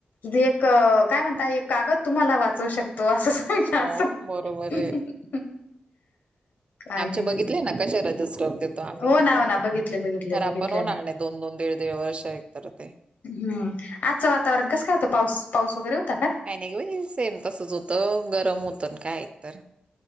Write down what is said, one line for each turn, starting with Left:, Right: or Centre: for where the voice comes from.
Left: ते एक काय म्हणता, एक कागद तुम्हाला वाचवू शकतो असं.
Right: हो बरोबर
Left: <unintelligible>
Right: आहे
Left: काय
Right: आमचे
Left: नाही
Right: बघितले
Left: बाई
Right: ना कशे रजिस्टर होतेत. <unintelligible> आम्ही
Left: हो
Right: एकतर.
Left: ना हो ना बघितले बघितले
Right: खराब
Left: बघितले
Right: बनवणार
Left: ना
Right: नई दोन दोन दीड दीड वर्ष एकतर ते.
Left: हम्म आजचं वातावरण कस काय होतं, पाऊस पाऊस वगैरे होता का?
Right: काही नई गं बई, सेम तसच होतं. गरम होतं ना काय एकतर